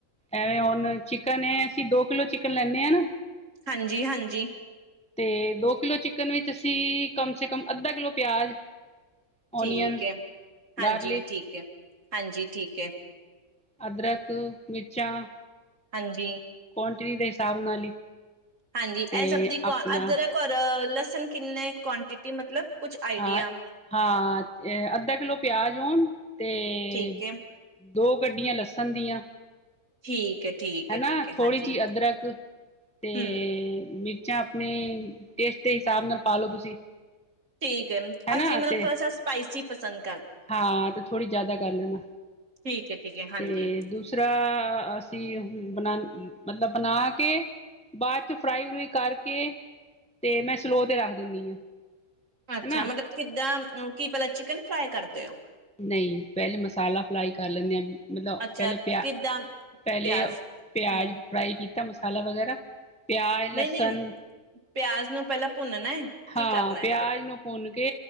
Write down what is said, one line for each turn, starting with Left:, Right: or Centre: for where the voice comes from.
Centre: ਐਵੇਂ ਹੁਣ ਚਿਕਨ ਐ। ਅਸੀਂ ਦੋ ਕਿਲੋ ਚਿਕਨ ਲੈਂਨੇ ਹਾਂ ਨਾ,
Right: ਹਾਂਜੀ-ਹਾਂਜੀ,
Centre: ਤੇ ਦੋ ਕਿਲੋ ਚਿਕਨ ਵਿੱਚ ਅਸੀਂ ਕਮ ਸੇ ਕਮ ਅੱਧਾ ਕਿਲੋ ਪਿਆਜ਼,
Right: ਠੀਕ
Centre: ਓਨੀਅਨ
Right: ਹੈ ਹਾਂਜੀ
Centre: ਗਾਰਲਿਕ
Right: ਠੀਕ ਹੈ। ਹਾਂਜੀ, ਠੀਕ ਹੈ।
Centre: ਅਦਰਕ, ਮਿਰਚਾਂ
Right: ਹਾਂਜੀ,
Centre: ਕੁਆਂਟਿਟੀ ਦੇ ਹਿਸਾਬ ਨਾਲ ਹੀ,
Right: ਹਾਂਜੀ,
Centre: ਤੇ
Right: ਇਹ ਸਭ ਦੀ
Centre: ਆਪਣਾ
Right: ਕੋ ਅਦਰਕ, ਔਰ ਲੱਸ ਹੁਣ ਕਿੰਨੇ ਕੁਆਂਟਿਟੀ ਮਤਲਬ, ਕੁਛ ਆਈਡੀਆ
Centre: ਹਾਂ-ਹਾਂ ਜੇ ਅੱਧਾ ਕਿੱਲੋ, ਪਿਆਜ ਹੋਣ, ਤੇ,
Right: ਠੀਕ ਹੈ
Centre: ਦੋ ਗੱਢੀਆਂ ਲੱਸਣ ਦੀਆਂ,
Right: ਠੀਕ, ਹੈ ਠੀਕ
Centre: ਹੈਨਾ
Right: ਹੈ ਠੀਕ ਹੈ
Centre: ਥੋੜ੍ਹੀ
Right: ਹਾਂਜੀ
Centre: ਜਿਹੀ ਅਦਰਕ ਤੇ
Right: ਹਮ
Centre: ਮਿਰ ਆਪਣੇ ਟੇਸਟ ਦੇ ਹਿਸਾਬ ਨਾਲ ਪਾਲੋ ਤੁਸੀਂ,
Right: ਠੀਕ ਏ
Centre: ਹਨਾ
Right: ਅਸੀਂ ਮਤਲਬ
Centre: ਤੇ
Right: ਥੋੜਾ ਸਾ ਸਪਾਈਸੀ, ਪਸੰ
Centre: ਹਾਂ ਤੇ ਥੋੜ੍ਹੀ ਜਿਆਦਾ ਕਰ ਲੈਣਾ
Right: ਠੀਕ ਹੈ ਠੀਕ ਹੈ ਹਾਂਜੀ
Centre: ਤੇ ਦੂਸਰਾ ਅਸੀਂ ਬਣਾ ਮਤਲਬ ਬਣਾ ਕੇ ਬਾਅਦ ਚ ਫਰਾਈ ਫਰੂਈ ਕਰਕੇ ਤੇ ਮੈਂ ਸਲੋਅ ਤੇ ਰੱਖ ਦਿੰਨੀ ਹਾਂ।
Right: ਅੱਛਾ
Centre: ਹਨਾ
Right: ਮਤਲਬ ਕਿੱਦਾਂ ਕੀ ਪਲਾ, ਚਿਕਨ ਫਰਾਈ ਕਰਦੇ ਹੋ।
Centre: ਨਹੀਂ ਪਹਿਲੇ ਮਸਾਲਾ ਫਰਾਈ ਕਰ ਲੈਂਦੇ ਆ, ਮਤਲਬ
Right: ਅੱਛਾ
Centre: ਪਹਿਲੇ ਪਿਆ
Right: ਕਿੱਦਾਂ
Centre: ਪਹਿਲੇ
Right: ਪਿਆਜ਼
Centre: ਪਿਆਜ
Right: ਹੂੰ
Centre: ਫਰਾਈ ਕੀ ਮਸਾਲਾ ਵਗੈਰਾ, ਪਿਆਜ਼,
Right: ਨਹੀਂ-ਨਹੀਂ
Centre: ਲਸਨ,
Right: ਪਿਆਜ਼ ਨੂੰ ਪਹਿਲਾਂ ਭੁੰਨਨਾ ਹੈ ਕੀ
Centre: ਹਾਂ
Right: ਕਰਨਾ ਹੈ
Centre: ਪਿਆਜ
Right: ਮਤਲਬ
Centre: ਨੂੰ ਭੁੰਨ ਕੇ,